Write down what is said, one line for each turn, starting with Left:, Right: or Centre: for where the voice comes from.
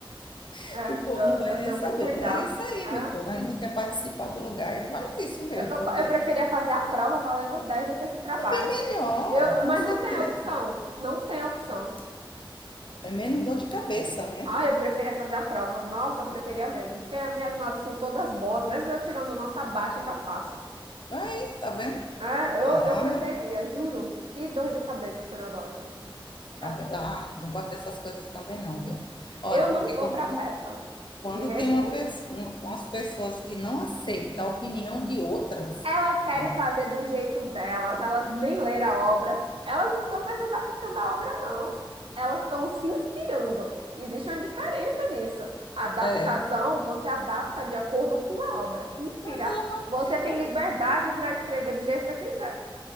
Left: <laughs>
Right: É,
Left: e o povo
Right: eu,
Left: não vai
Right: eu
Left: nem
Right: tenho
Left: saber.
Right: que cuidar.
Left: É isso aí,
Right: É,
Left: meu filho. Aí não quer participar do lugar e faz isso mesmo,
Right: eu tô,
Left: porque
Right: co- eu preferia fazer a prova valendo 10 do que esse trabalho.
Left: é melhor,
Right: Eu,
Left: com
Right: mas
Left: certeza.
Right: não tem opção. Não tem opção.
Left: É menos dor de cabeça, né?
Right: Ah, eu preferia fazer a prova. Nossa, eu preferia mesmo. Porque as minhas notas são todas boas. Mesmo eu tirando nota baixa, ainda passo.
Left: Aí, tá vendo?
Right: É, eu,
Left: Ah,
Right: eu preferia,
Left: meu filho.
Right: juro. Que dor de cabeça esse negócio. Chatice.
Left: Tá vendo? Ah, não gosto dessas coisas também, não, viu? Olha,
Right: Eu não
Left: porque
Right: vou
Left: quando,
Right: pra
Left: tem-
Right: peça.
Left: quando
Right: Me recuso.
Left: tem uma, pe- um- umas pessoas que não aceitam a opinião de outras.
Right: Elas querem
Left: Ah,
Right: fazer do jeito delas, elas nem leram a obra, elas não estão mais adaptando a obra, não. Elas estão se inspirando. Existe uma diferença nisso. Adaptação,
Left: É,
Right: você adapta de acordo com a obra. Se inspirar,
Left: mas ela não,
Right: você tem
Left: ela-
Right: liberdade para escrever do jeito que você quiser.